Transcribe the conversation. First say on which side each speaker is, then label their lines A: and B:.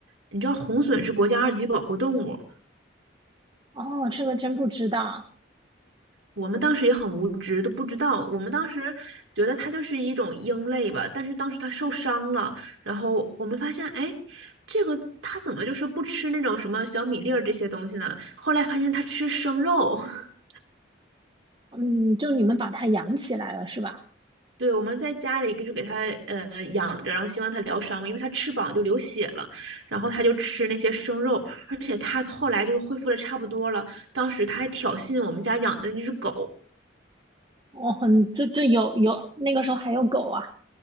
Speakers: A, on the right; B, on the right.
A: 你知道红隼是国家二级保护动物，
B: 哦，这个真不知道。
A: 我们当时也很无知，都不知道。我们当时觉得它就是一种鹰类吧，但是当时它受伤了，然后我们发现，哎，这个它怎么就是不吃那种什么小米粒儿这些东西呢？后来发现它吃生肉。<laughs>
B: 嗯，就你们把它养起来了是吧？
A: 对，我们在家里就给它呃养着，然后希望它疗伤嘛，因为它翅膀就流血了，然后它就吃那些生肉，而且它后来就是恢复的差不多了，当时它还挑衅我们家养的那只狗，
B: 哦，很，这这有有，那个时候还有狗啊，